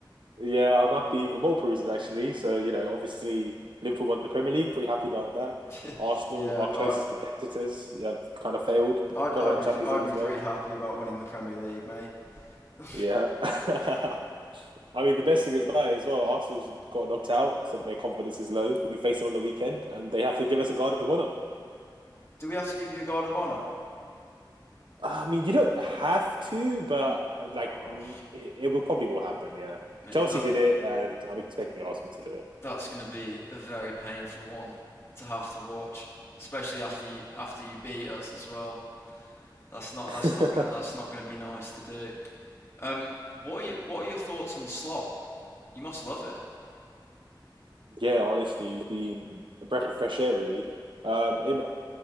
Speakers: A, on the right (about 75°); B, on the left (about 35°).
A: Yeah, I'm happy for multiple reasons actually. So, you know, obviously Liverpool won the Premier League, pretty happy about that.
B: <laughs>
A: Arsenal,
B: yeah,
A: our closest
B: I
A: competitors, yeah, have kind of failed.
B: I'd
A: Got
B: I'd
A: out
B: be
A: Champions
B: I'd
A: League
B: be
A: as
B: pretty
A: well.
B: happy about winning the Premier League, mate. <laughs>
A: Yeah. <laughs> I mean, the best thing is that as well, Arsenal's got knocked out, so their confidence is low. We face them on the weekend, and they have to give us a guard of honor.
B: do we have to give you a guard of honour?
A: I mean, you don't have to, but like,
B: Oh,
A: it, it will probably will happen. Yeah,
B: mate,
A: Chelsea
B: that
A: did it, and I'm expecting Arsenal to do
B: that's going to be a very painful one to have to watch, especially after you after you beat us as well. That's not that's
A: it.
B: not gonna that's
A: <laughs>
B: not gonna be nice to do. Um, what are you what are your thoughts on Slot? You must love him.
A: Yeah, honestly, he's been a breath of fresh air, really. Um, in,